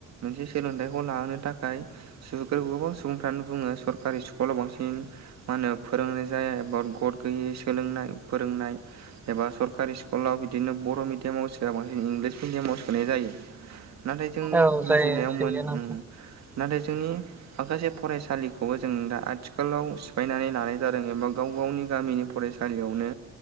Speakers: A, on the right (about 60°); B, in the centre.
A: मोनसे सोलोंथायाइखौ लहोनो थाखाय गोबां सुबुंफ्रानो बुङो सरकारि स्कुलाव बांसिन मा होनो फोरोंनाय जाया एबा गड गैयै सोलोंनाय फोरोंनाय एबा सरकारि स्कुलाव बिदिनो बर' मिडियामाव सोआ बांसिन इंलिस मिडियामाव सोनाय जायो
B: <inaudible>
A: नाथाय जोंनि
B: औ
A: बुजिनायाव
B: जायो सैयो
A: मोन
B: नोंथां
A: नाथाय जोंनि माखासे फरायसालिखौबो जों दा आथिखालाव सिफायनानै लानाय जादों एबा गाव गावनि गामिनि फरायसालियावनो